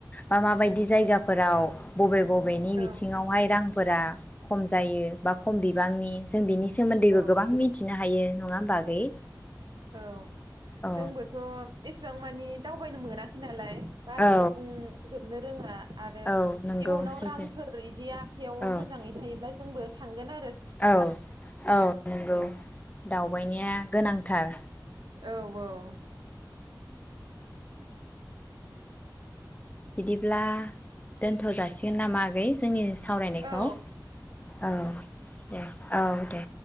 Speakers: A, on the left (about 20°); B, on the right (about 70°).
A: मा माबायदि जायगाफोराव बबे बबे बेनि
B: औ
A: बिथिङावहाय रांफोरा खम जायो बा खम बिबांनि जों बिनि सोमोन्दैबो
B: औ
A: गोबां मिथिनो हायो। नङा होमबा आगै?
B: औ
A: औ
B: जोंबोथ' एसेबां मानि दावबायनो मोनाखै नालाय। बारबो
A: औ
B: बुंजोब नो रोङा। आरो
A: औ नंगौ
B: इयुनाव
A: सैथो
B: रांफोर बिदि आखयाव
A: औ
B: मोजाङै थायोब्ला जोंबो थांगोन आ
A: औ औ नंगौ
B: औ
A: दावबायनाया गोनां थार।
B: औ औ।
A: बिदिब्ला दोनथ' जासिगोन नामा? आगै जोंनि सावरायनायखौ
B: औ
A: औ दे औ दे।